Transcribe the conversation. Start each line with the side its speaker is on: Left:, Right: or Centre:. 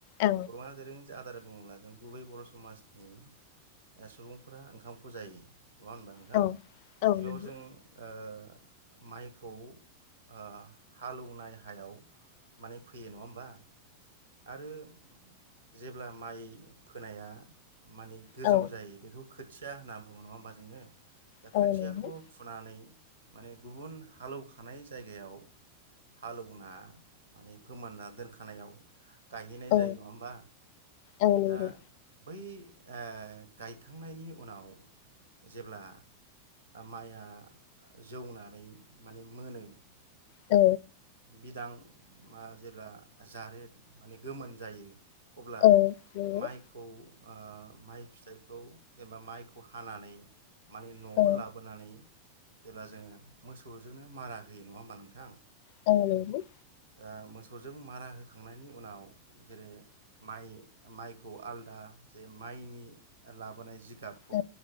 Left: औ
Right: बर'आ दोरों आदार बुं बुंब्ला जों गुबै बर' समाजनि ओ सुबुंफोरा ओंखामखौ जायो। नङा होनबा नोंथां
Left: औ औ
Right: गिबियाव
Left: नंगौ
Right: जों ओ माइखौ ओ हालौवनाय हायाव माने फैयो नङा हमबा? आरो जेब्ला माइ फोनाया माने गोजौ
Left: औ
Right: जायो बेखौ खोथिया होनना बुङो नङा होमबा जोङो? दा
Left: औ
Right: खोथियाखौ
Left: नंगौ
Right: फुनानै माने गुबुन हालौखानाय जायगायाव हालौना माने फोमोनना दोनखानायाव गायहैनाय
Left: औ
Right: जायो नङा होमबा
Left: औ नंगौ
Right: दा बै ओ गायखांनायनि उनाव जेब्ला माइआ जौनानै माने मोनो ओ
Left: औ
Right: बिदां मा जेब्ला जारेद माने गोमोन जायो अब्ला
Left: औ नंगौ
Right: माइखौ ओ माइ फिथाइखौ जेनेबा माइखौ हानानै माने न'आव
Left: औ
Right: लाबोनानै जेब्ला जोङो मोसौजोंनो मारा होयो नङा होमबा नोंथां?
Left: औ
Right: ओ मोसौजों मारा होखांनायनि उनाव जेरै माइ माइखौ आलदा जे माइनि लाबोनाय जि जिगाबखौ
Left: औ